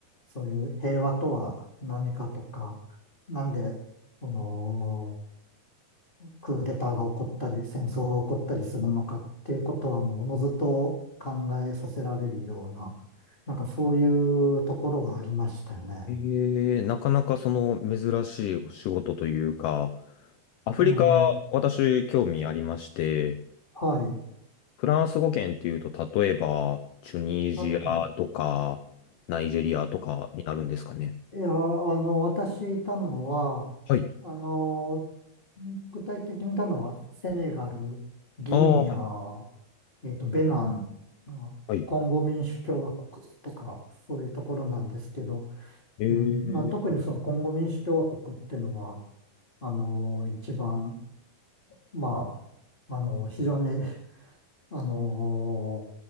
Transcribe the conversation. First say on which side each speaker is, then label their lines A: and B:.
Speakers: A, on the left; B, on the left.
A: そういう平和とは何かとか、なんで、その、クーデターが起こったり、戦争が起こったりするのかっていうことはもうおのずと考えさせられるような、なんかそういうところはありましたよね。
B: ええ、なかなかその珍しいお仕事というか、アフリカ、
A: うん、は
B: 私、興味ありまして、
A: い。
B: フランス語圏っていうと、例えば、チュニジアとか、
A: あと、
B: ナイジェリアとかになるんですかね。
A: いや、あの、私いたのは、
B: はい。
A: あの、具体的にいたのは、セネガル、ギニア、
B: ああ、はい、
A: えっと、ベナン、あコンゴ民主共和国とか、
B: はい。
A: そういうところなんですけど、
B: え
A: うん、まあ、特にそのコンゴ民主共和国っていうのは、
B: え。
A: あの、一番、まあ、あの、非常に、<laughs> あの、